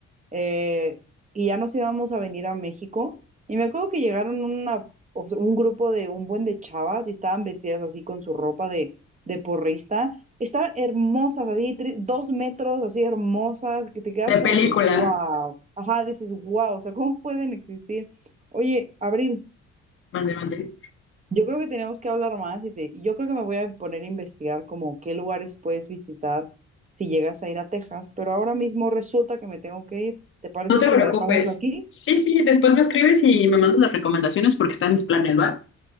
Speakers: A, on the right; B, on the left.
A: eh, y ya nos íbamos a venir a México. Y me acuerdo que llegaron una, o sea, un grupo de un buen de chavas y estaban vestidas así con su ropa de, de porrista. Estaban hermosas, así, tre- dos metros, así hermosas, que te quedas
B: de
A: como
B: película.
A: de wow. Ajá, dices wow, o sea, ¿cómo pueden existir? Oye, Abril,
B: Mande, mande.
A: yo creo que tenemos que hablar más y te- yo creo que me voy a poner a investigar como qué lugares puedes visitar si llegas a ir a Texas, pero ahora mismo resulta que me tengo que ir. ¿Te parece
B: No te
A: si
B: preocupes.
A: la dejamos aquí?
B: Sí, sí, después me escribes y me mandas las recomendaciones porque están mis planes, ¿va?